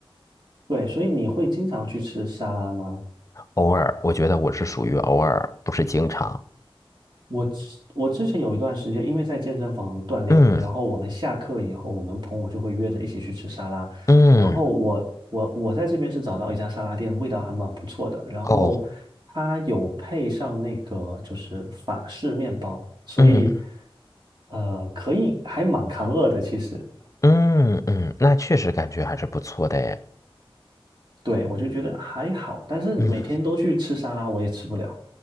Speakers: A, on the right; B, on the left.
A: 对，所以你会经常去吃沙拉吗？
B: 偶尔，我觉得我是属于偶尔，不是经常。
A: 我之我之前有一段时间，因为在健身房锻炼嘛，
B: 嗯
A: 然后我们下课以后，我们朋友就会约着一起去吃沙拉。
B: 嗯
A: 然后我我我在这边是找到一家沙拉店，味道还蛮不错的。然后它有配上那个就是法式面包，
B: 哦
A: 所以
B: 嗯
A: 呃可以还蛮扛饿的其实。
B: 嗯嗯，那确实感觉还是不错的诶。
A: 对，我就觉得还好，但是每天都去吃沙拉，
B: 嗯，
A: 我也吃不了。